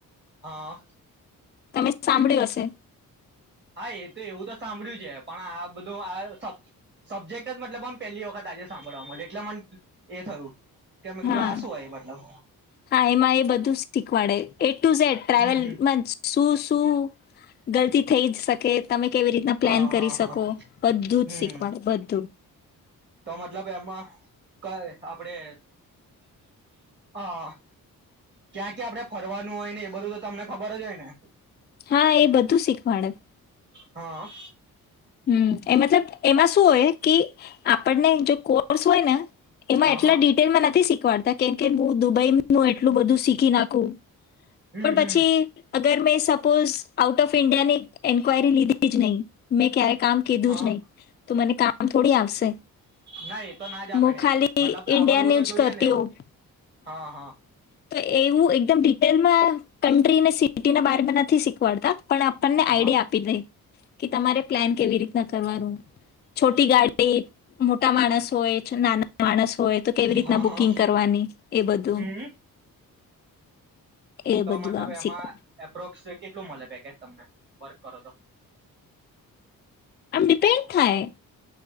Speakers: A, on the right; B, on the left.
A: હા
B: તમે સાંભળ્યું હશે
A: હા એ તો એવું તો સાંભળ્યું છે પણ આ બધું આ સબ સબ્જેક્ટ જ મતલબ આમ પેલી વખત આજે સાંભળવાે એટલે મને એ થયું કે મેં કીધું
B: હા
A: આ શું હોય મતલબ
B: હા એમાં એ બધું શીખવાડે એ ટુ ઝડ ટ્રાવેલમા
A: હમ હમ
B: શું શું ગલતી થઈ જ શકે તમે કેવી રીતના પ્લાન
A: હા
B: કરી
A: હા હા
B: શકો બધું
A: હમ
B: જ શીખવાડે બધું
A: તો મતલબ એમાં ક આપડે હા ક્યાં ક્યાં આપડણે ફરવાનું હોય ને એ બધું તો તમને ખબર જ હોય ને
B: હા એ બધું શીખવાડે
A: હા
B: હમ્મ એમાં છે ને એમાં શું હોય કે આપણને જો કોર્સ હોય ને એમાં
A: હા
B: એટલા
A: હા
B: ડિટેલમાં નથી શીખ કવાડતા કેમ કે હું દુબઈ હું એટલું બધું શીખી નાખું
A: હમ
B: પણ
A: હમ
B: પછી અગર મેં સ પોઝ આઉટ ઓફ ઇન્ડિયાની એન્યરી લીધી જ નહી મે ક્યારે કામ કીધું
A: હા
B: જ નહી તો મને કામ થોડી આવશે.
A: નાઈ તો ના જ આપે
B: હું
A: એ
B: ખાલી
A: રીતે મતલબ આવડવું
B: ઇન્ડિયાની
A: તો જોઈએ
B: જ કરતી
A: ને એવું,
B: હોઉં
A: હા હા.
B: તો એવું એકદમ ડિટેલમાં કન્ટ્રી સિટીના બમાં નથી શીખવાડતા. પણ આપણને
A: હા
B: આઈડિયા આપી દે. કે તમારે પ્લાન કેવી રીતના કરવાનું, છોટી ગાડી મોટા માણસ હોય નાના માણસ હોય તો કેવી રીતના
A: હા
B: બુકિંગ
A: હા
B: કરવાની એ બધું.
A: હમ
B: એ
A: તો
B: બધું
A: મતલબ
B: આમ
A: એમાં
B: શીખવું
A: એપ્રોક્સ કેટલું મળે પેકેજ તમને વર્ક કરો તો?
B: આમ ડિપેન્ડ થાય,